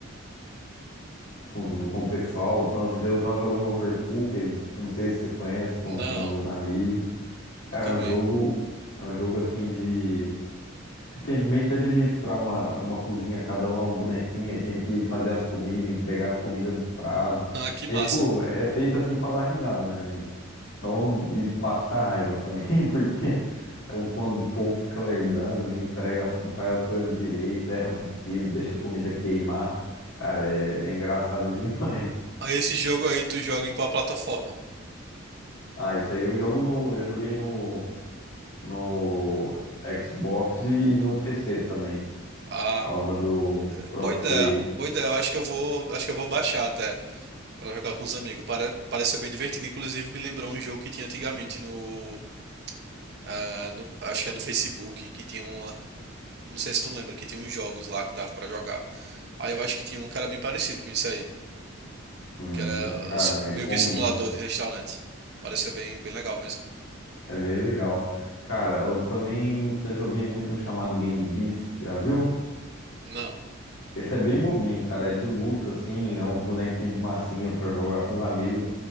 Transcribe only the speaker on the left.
com, os- com o pessoal. Então, esse dias eu tava jogando Overcooked, não sei se você conhece, com,
com meus amigos. Cara,
é
um jogo,
é um jogo assim de. Você tem que meio que administrar uma, uma cozinha, cada um é um bonequinho e tem que fazer as comidas, entregar as comidas no prazo.
É
tipo, é feito assim pra dar risada mesmo. e- Então, e passar raiva também, <laughs> porque é o quando o povo fica lerdando, não entrega as, não faz as coisas direito, erra pedido, deixa a comida queimar. Cara, é, é engraçado <laughs> demais.
Ah, isso aí eu jogo no. Já joguei no, no Xbox e no PC também.
Por causa do crossplay.
Hum,
cara,
recomendo.
É bem legal. Cara, eu também já joguei muito um chamado Gang Beasts, já viu?
Esse é bem bobinho, cara. É de luta, assim. É uns bonequinhos de massinha pra jogar com os amigos.